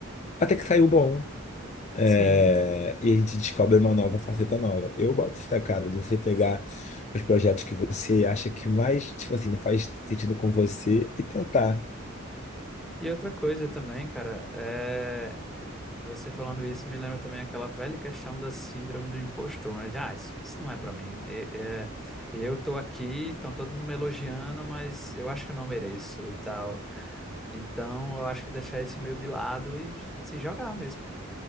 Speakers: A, on the left; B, in the centre.
A: até que saiu bom. É,
B: sim.
A: e a gente descobre uma nova faceta nova. Eu boto fé, cara, de você pegar os projetos que você acha que mais, tipo assim, não faz sentido com você e tentar
B: E outra coisa também, cara, é... você falando isso me lembra também aquela velha questão da síndrome do impostor, né? De, Ah, isso, isso não é pra mim. E- é, Eu tô aqui, estão todo mundo me elogiando, mas eu acho que eu não mereço e tal. Então, eu acho que deixar isso meio de lado e se jogar mesmo.